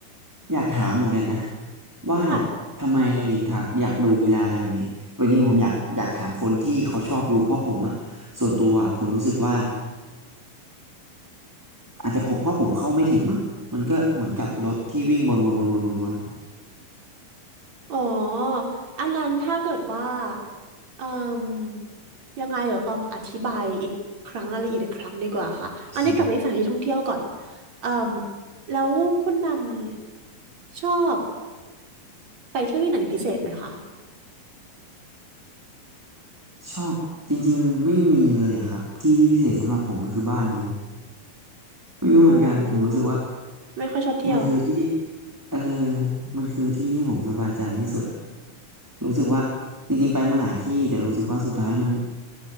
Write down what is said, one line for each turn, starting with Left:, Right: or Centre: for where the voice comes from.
Centre: อยากถามเหมือนกันนะว่า
Right: ค่ะ
Centre: ทำไมเรายิงถากอยากดูกีฬาอะไรแบบนี้จริงๆผมอยากอยากถามคนที่เขาชอบดูเพราะผมอะส่วนตัวอะผมรู้สึกว่า อาจจะผมเพราะผมเข้าไม่ถึงมั้งมันก็เหมือนกับรถที่วิ่งวนวนวนวนวนวน
Right: อ๋อ อันนั้นถ้าเกิดว่าเอ่มยังไงเดี๋ยวต้องอธิบายอีกครั้งรายละเอียดอีกครั้งดีกว่าค่ะ
Centre: <laughs> โอเค
Right: อันนี้กลับไปสถานที่ท่องเที่ยวก่อนเอ่มแล้วคุณดำชอบไปเที่ยวที่ไหนพิเศษไหมคะ
Centre: ชอบจริงๆไม่มีเลยอะครับที่ที่พิเศษสำหรับผมมันคือบ้านจริงไม่รู้เหมือนกันผมรู้สึกว่า
Right: อ๋อไม่ค่อยชอบเที่ยว
Centre: มันคือที่ที่เออมันคือที่ที่ผมสบายใจที่สุดอะรู้สึกว่าจริงๆไปมาหลายที่แต่รู้สึกว่าสุดท้ายมัน